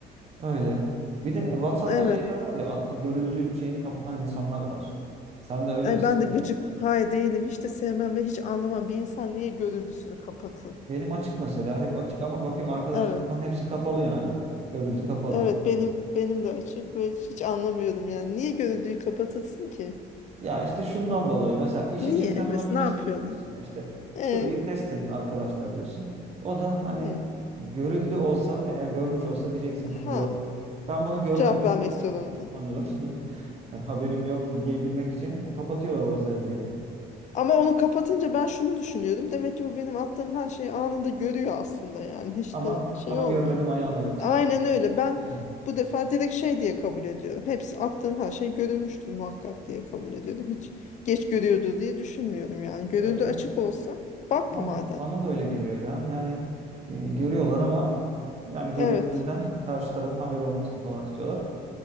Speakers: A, on the right; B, on the left.
A: Öyle. Bir de WhatsApp'ta
B: Evet.
A: şeyler var ya ad- görüldü şeyini kapatan insanlar var. Sen de öyle
B: Ay
A: misin?
B: ben de gıcık hay değilim. Hiç de sevmem ve hiç anlamam. Bir insan niye gönüllüsünü kapatın?
A: Benim açık mesela hep açık ama bakıyorum arkadaşlarım
B: Evet.
A: falan hepsi kapalı yani. Görüldü kapalı.
B: Evet benim benim de açık ve hiç anlamıyorum yani. Niye gönüllüyü kapatasın ki?
A: Ya işte şundan
B: N-
A: dolayı mesela iş
B: Niye?
A: için sen
B: Mesela
A: ona bir mesaj
B: ne yapıyorlar?
A: atıyorsun ya işte
B: E,
A: şurayı test edin arkadaşlar diyorsun. O da hani
B: hı.
A: görüldü olsa eğer görmüş olsa diyeceksin ki
B: Ha,
A: gördü. Ben bunu görmedim
B: cevap vermek
A: demek
B: zorunda.
A: için sanırım. <laughs> Yani haberim yok diyebilmek için o kapatıyorlar o özelliği.
B: Ama onu kapatınca ben şunu düşünüyorum. Demek ki bu benim attığım her şeyi anında görüyor aslında yani. Hiç
A: Ama
B: de şey
A: ama
B: olmuyor.
A: görmedim ayağına yatıyor.
B: Aynen öyle. Ben
A: Evet.
B: bu defa direkt şey diye kabul ediyorum. Hepsi attığım her şey görülmüştür muhakkak diye kabul ediyorum. Hiç geç görüyordu diye düşünmüyorum yani. Görüldü
A: Ya evet.
B: açık olsa bakma
A: Bana
B: madem.
A: da, bana da öyle geliyor ya. Yani e, görüyorlar ama yani görüldüğünden
B: Evet.
A: karşı tarafın haberi olmasını falan istiyorlar.